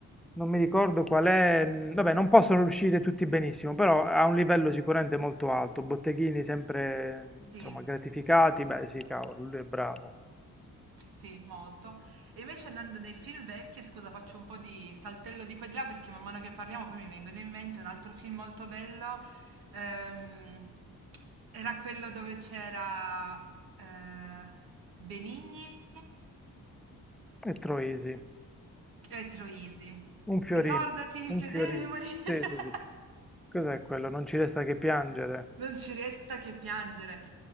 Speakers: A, in the centre; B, on the right.
A: non mi ricordo qual è, mm, vabbè, non possono uscire tutti benissimo, però ha un livello sicuramente molto alto. Botteghini sempre,
B: Sì,
A: insomma, gratificati, beh, sì, cavolo, lui è bravo.
B: sì, molto. E invece andando nei film vecchi, scusa, faccio un po' di saltello di qua e di là perché man mano che parliamo poi mi vengono in mente un altro film molto bello. ehm, era quello dove c'era eh, Benigni
A: E Troisi,
B: e Troisi.
A: un fiorino,
B: Ricordati
A: un
B: che
A: fiorino.
B: devi morire.
A: Sì, sì, sì.
B: <laughs>
A: Cos'è quello? Non ci resta che piangere.
B: Non ci resta che piangere.